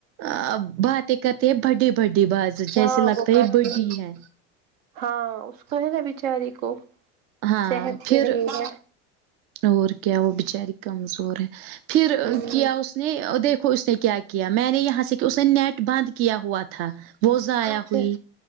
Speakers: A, on the right; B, on the right.
A: ا باتیں کر تیں بڈ ی بڈی باز جیسے
B: ہاں
A: لگتا
B: وہ
A: ہےیہ
B: کرتی
A: بڈی
B: ہے
A: ہیں
B: ہاں اس کو ہے نا بچاری کو
A: ہاں
B: صحت
A: پھر
B: ہی نہیں ہے
A: اور کیا وہ بچاری کمزور ہے پھر
B: ہوں
A: کیا اس نے دیکھو اس نے کیا کیا میں نے یہاں سے کہ اس نے نیٹ بند کیا ہوا تھا وہ زایع
B: اچھا
A: ہوئی